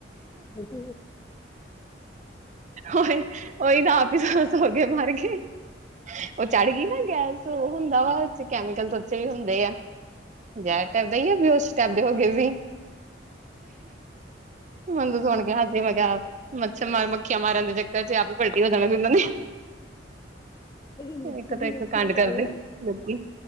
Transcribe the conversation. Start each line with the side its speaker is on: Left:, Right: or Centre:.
Left: ਬਸੀ
Right: ਓਈ ੳਈ ਨਾ ਆਪ ਹੀ ਸੋ ਸੋ ਕੇ ਮਰ ਗੀ ਉਹ ਚੜ੍ਹ ਗੀ ਨਾ ਗੈਸ ਉਹ ਹੁੰਦਾ ਵਾ ਉੇਸ ਚ ਕੈਮੀਕਲ ਉੱਚੇ ਵੀ ਹੁੰਦੇ ਐ ਮਜਾ਼ਕ ਕਰਦੇ ਹੀ ੳ ਵੀ ਉਸ <unintelligible> ਦੇ ਹੋ ਗਏ ਵੀ ਮੇਨੂ ਸੁਣ ਕੇ ਹਾਸ ਤੇ ਮੈਂ ਕਿਹਾ, ਮੱਛਰ ਮਾਰਨ ਮੱਖੀਆਂ ਮਾਰਨ ਦੇ ਚੱਕਰ ਚ ਆਪ ਹੀ ਪਲਟੀ ਹੋ ਜਾਣਾ ਸੀ ਉਨਾਂ ਨੇ
Left: ਲੇਕਿਨ ਲੇਕਿਨ
Right: ਇੱਕ ਤੋ ਇੱਕ
Left: ਵੱਖਰੀ
Right: ਕਾੰਡ
Left: ਗੱਲ
Right: ਕਰਦੇ,
Left: ਏ
Right: ਲੋਕੀ